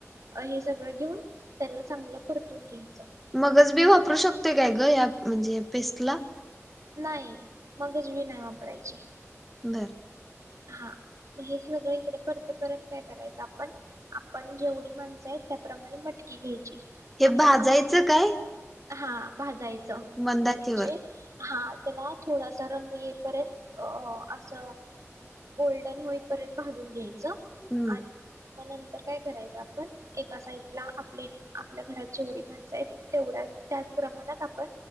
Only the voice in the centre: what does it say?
मगज बी वापरू शकतोय काय ग या म्हणजे या पेस्टला
बर
हे भाजायचं
काय?
मंदाचेवर
हम्म